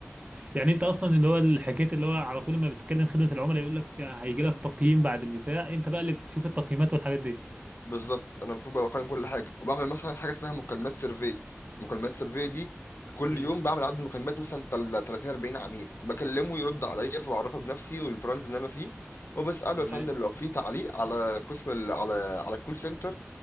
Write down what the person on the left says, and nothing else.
بالظبط انا المفروض بقى اقيم كل حاجه وبعمل مثلا حاجه اسمها مكالمات سيرفي مكالمات سيرفي دي كل
يوم بعمل عدد مكالمات مثلا تل- 30 40 عميل بكلمه يرد عليا فبعرفه بنفسي والبراند اللي انا فيه وبساله
يا فندم لو في تعليق على قسم ال... على على الكول سنتر